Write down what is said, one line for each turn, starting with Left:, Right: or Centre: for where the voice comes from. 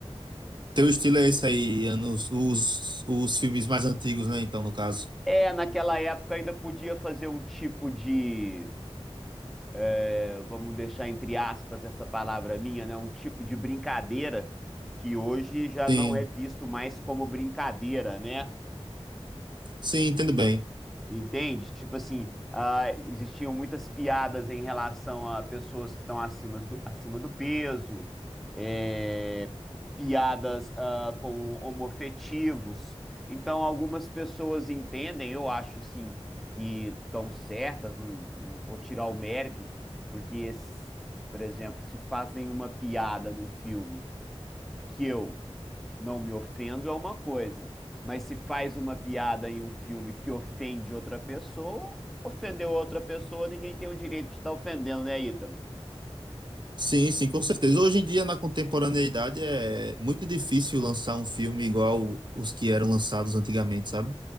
Right: teu estilo é esse aí, anos, os, os filmes mais antigos, né? Então, no caso.
Centre: É, naquela época ainda podia fazer um tipo de, eh, vamos deixar entre aspas essa palavra minha, né? Um tipo de brincadeira que hoje já
Right: Sim,
Centre: não é visto mais como brincadeira, né?
Right: sim, entendo bem.
Centre: Entende? Tipo assim, ah, existiam muitas piadas em relação a pessoas que estão acima do, acima do peso, é, piadas ah, com homoafetivos. Então, algumas pessoas entendem, eu acho assim, que estão certas, não, não vou tirar o mérito, porque, s- por exemplo, se fazem uma piada num filme que eu não me ofendo é uma coisa, mas se faz uma piada em um filme que ofende outra pessoa, ofendeu outra pessoa, ninguém tem o direito de estar ofendendo, né, Ítalo?
Right: Sim, sim, com certeza. Hoje em dia, na contemporaneidade, é muito difícil lançar um filme igual os que eram lançados antigamente, sabe?